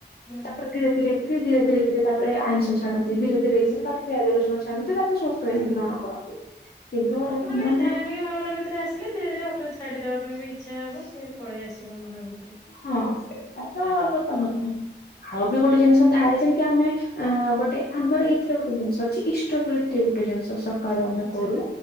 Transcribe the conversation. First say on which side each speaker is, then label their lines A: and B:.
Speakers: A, on the left (about 15°); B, on the left (about 55°).
A: ହୁଁ
B: ତାପରେ ଧୀରେ ଧୀରେକି ଧୀରେ ଧୀରେକି ତାପରେ ଆଇଁଷ ଛାଡ ଧୀ ଧୀରେ ଧୀରେଇ
A: ହୁଁ
B: ଧୀରେ ତାଙ୍କେ ପିଆଜ ରସୁଣ ଛାଡନ୍ତି ତାପରେ <unintelligible>
A: ହୁଁ
B: ଗ୍ରହଣ
A: ହୁଁ।
B: କରନ୍ତି। କିନ୍ତୁ
A: ଅଟୋମେଟିକ
B: ମାନେ
A: ଧାର୍ମିକ <unintelligible> ଆସିଲେ ଧୀରେ ଧୀରେ ଅଟୋମେଟିକ ଛାଡିଦବା ପାଇଁ ବି ଇଚ୍ଛା ହବ ସେ ପଳେଇ ଆସିବ ମନ ଭି
B: ହଁ ସେଟା ତ ସତ କଥା ଆଉ ବି
A: ହୁଁ
B: ଗୋଟେ ଜିନିଷ ଥାଏ ଯେମିତି ଆମେ ଆ ଗୋଟେ ଆମର ଏଇଥିରେ ଗୋଟେ ଜିନିଷ ଅଛି। ଇଷ୍ଟବୃତି ଗୋଟେ ଜିନିଷ ସ କାଳୁ ଆମେ
A: ଆଚ୍ଛା
B: କରୁ